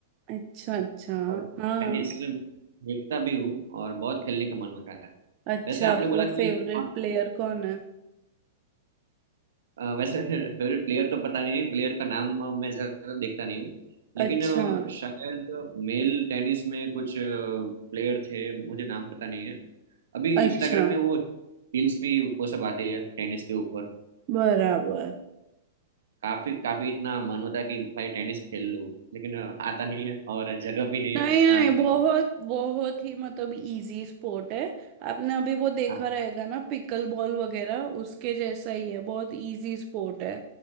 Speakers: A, on the right; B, on the right.
A: अच्छा अच्छा
B: और टेनिस
A: हाँ
B: देखता भी हूँ और बहुत खेलने का मन होता है
A: अच्छा
B: वैसे आपने
A: आपका
B: बोला कि
A: फेवरेट
B: आप
A: प्लेयर कौन है
B: अ, वैसे फेवरेट प्लेयर तो पता नहीं प्लेयर का नाम मैं ज्यादा देखता नहीं हूँ लेकिन
A: अच्छा
B: अ, शायद मेल टेनिस में कुछ प्लेयर थे मुझे नाम पता नहीं है अभी
A: अच्छा
B: इंस्टाग्राम में वो रील्स भी वो सब आते हैं टेनिस के ऊपर
A: बराबर
B: काफी काफी इतना मन होता है कि भाई टेनिस खेल लो लेकिन अ, आता नहीं है और जगह भी नहीं
A: नहीं
B: है कहाँ
A: नहीं
B: खेलूँ
A: बहुत बहुत ही मतलब इजी स्पोर्ट है आपने अभी वो देखा
B: हाँ
A: रहेगा ना पिकल बॉल वगैरह उसके जैसा ही है बहुत इजी स्पोर्ट है